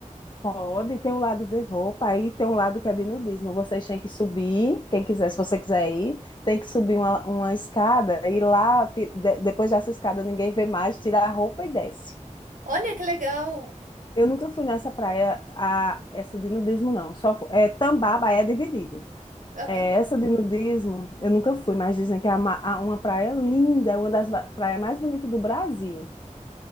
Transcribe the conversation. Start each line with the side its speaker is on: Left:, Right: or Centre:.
Left: Pode, tem um lado de roupa, aí tem um lado que é de nudismo. Vocês têm que subir, quem quiser, se você quiser ir, tem que subir uma, uma escada e lá, ti- de- depois dessa escada, ninguém vê mais, tira a roupa e desce.
Right: Olha que legal.
Left: Eu nunca fui nessa praia, a, essa de nudismo, não. Só fu- é, Tambaba é dividido.
Right: Aham.
Left: É, essa de nudismo, eu nunca fui, mas dizem que é uma, a- uma praia linda, é uma das ba- praias mais bonitas do Brasil.